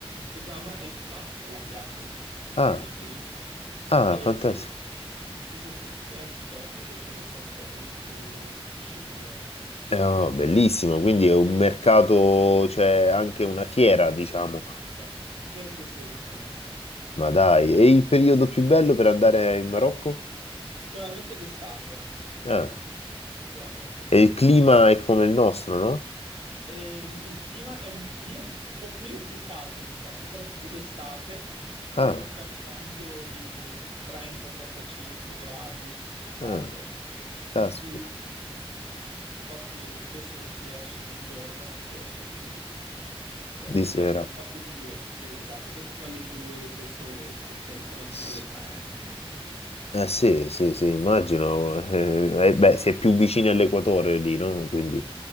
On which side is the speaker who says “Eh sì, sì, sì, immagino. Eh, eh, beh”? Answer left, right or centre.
Left